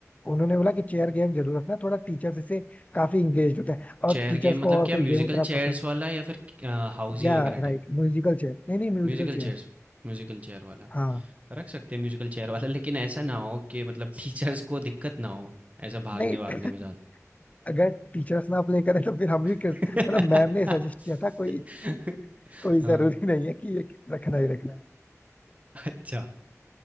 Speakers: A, on the left; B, on the right.
A: उन्होंने बोला कि चेयर गेम जरूर रखना थोड़ा टीचर्स इससे काफी इंगेज होते हैं
B: चेयर
A: और टीचर्स
B: गेम मतलब
A: को और
B: क्या
A: कोई
B: म्यूजिकल
A: गेम उतना
B: चेयर्स
A: पसंद है
B: वाला या फिर हाउजी
A: या
B: वगैरह
A: राइट म्यूजिकल चेयर नहीं नहीं म्यूजिकल
B: म्यूज़िकल
A: चेयर
B: चेयर्स म्यूज़िकल चेयर वाला।
A: हाँ
B: रख सकते हैं म्यूज़िकल चेयर वाला लेकिन ऐसा ना हो कि मतलब टीचर्स को दिक्कत ना हो, ऐसा भागने-वागने
A: नहीं
B: में साथ।
A: अगर टीचर्स ना अप्लाई करें तो फिर हम भी
B: <laughs>
A: कर मतलब मैम ने सजेस्ट किया था कोई कोई
B: हाँ,
A: जरूरी नहीं है कि ये रखना ही रखना है
B: अच्छा।